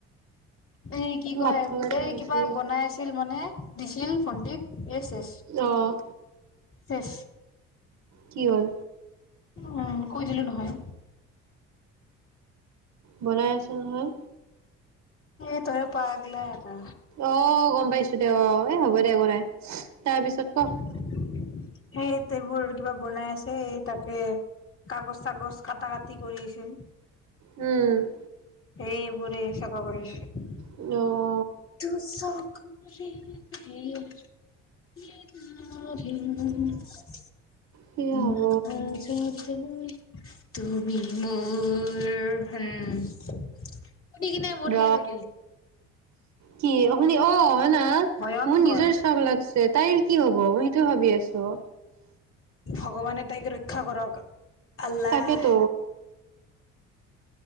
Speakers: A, on the left; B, on the right.
A: এই কি কয়?
B: ভাত খোৱাৰ টাইম
A: এই
B: হৈছে।
A: কিবা বনাই আছিল মানে। দিছিল ভণ্টিক। এ চেছ।
B: অ',
A: চেছ।
B: কি হ'ল?
A: উম, কৈ দিলো নহয়।
B: বনাই আছে নহয়।
A: এ তইও পাগলা এটা।
B: অ, গম পাইছো দে অ। এ হ'ব দে একো নাই। তাৰ পিছত ক?
A: সেইট এইবোৰ কিবা বনাই আছে। এই তাকে কাগজ চাগজ কাটা কাটি কৰি আছিল।
B: উম।
A: সেইবোৰে চাফা কৰি আছো।
B: অ।
A: দুচকুৰে এৰ <unintelligible>
B: কি যে হ'ব
A: তুমি মোৰ হে। সুধি কিনে বৰ
B: ৰ
A: সেই লাগিল।
B: কি শুনি অ অনা।
A: ভয়ংকৰ
B: মোৰ নিজৰ চখ লাগছি তাইৰ কি হ'ব? মই সেইটো ভাবি আছো?
A: ভগৱানে তাইক ৰক্ষা কৰক। আল্লাহ
B: তাকে ত'।